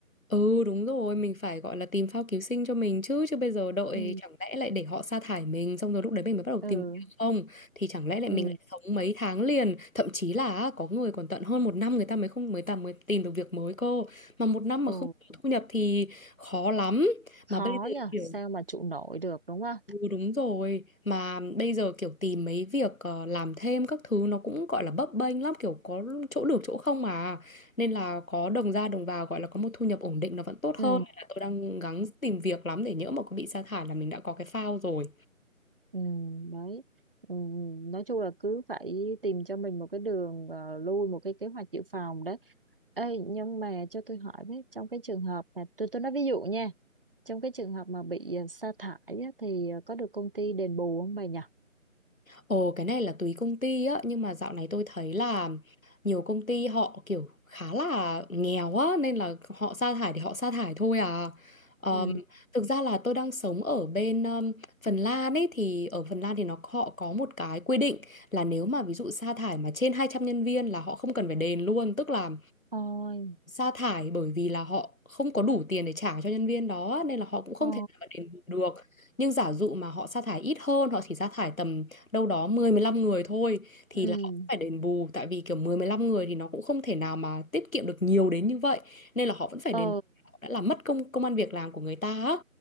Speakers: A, on the left; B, on the right.
A: Ừ đúng rồi, mình phải gọi là tìm phao cứu sinh cho mình chứ chứ bây giờ đợi
B: Ừ.
A: chẳng lẽ lại để họ sa thải mình xong rồi lúc đấy mình mới bắt đầu
B: ừ
A: tìm việc không thì chẳng lẽ lại
B: ừ
A: mình lại sống mấy tháng liền, thậm chí là á, có người còn tận hơn một năm người ta mới không mới ta mới tìm được việc mới cơ. Mà một năm mà
B: ừ
A: không có thu nhập thì khó lắm. Mà
B: khó
A: bây giờ
B: nhờ
A: kiểu
B: sao mà trụ nổi được đúng không
A: Ừ, đúng rồi mà bây giờ kiểu tìm mấy việc ờ, làm thêm các thứ nó cũng gọi là bấp bênh lắm kiểu có chỗ được chỗ không mà nên là có đồng ra đồng vào gọi là có một thu nhập ổn định nó vẫn tốt hơn
B: ừ
A: nên là tôi đang gắng tìm việc lắm để nhỡ mà có bị sa thải là mình đã có cái phao rồi
B: ừ đấy ừ. nói chung là cứ phải tìm cho mình một cái đường ờ, lui một cái kế hoạch dự phòng đấy Ê, nhưng mà cho tôi hỏi với trong cái trường hợp mà tôi tôi nói ví dụ nha trong cái trường hợp mà bị ờ, sa thải á, thì ờ, có được công ty đền bù không bà nhỉ
A: Ồ, cái này là tùy công ty á, nhưng mà dạo này tôi thấy là nhiều công ty họ kiểu khá là nghèo á, nên là họ sa thải thì họ sa thải thôi à. Ờm,
B: ừ
A: thực ra là tôi đang sống ở bên ờm, Phần Lan ấy, thì ở Phần Lan thì nó họ có một cái quy định là nếu mà ví dụ sa thải mà trên 200 nhân viên là họ không cần phải đền luôn, tức là
B: ôi
A: sa thải bởi vì là họ không có đủ tiền để trả cho nhân viên đó nên là họ cũng không
B: ồ
A: thể nào mà đền bù được nhưng giả dụ mà họ sa thải ít hơn họ chỉ sa thải tầm đâu đó 10 15 người thôi thì
B: ừ
A: là họ sẽ phải đền bù tại vì kiểu 10 15 người thì nó cũng không thể nào mà tiết kiệm được nhiều đến như vậy nên là họ vẫn phải
B: ờ
A: đền bù. họ đã làm mất công công ăn việc làm của người ta á.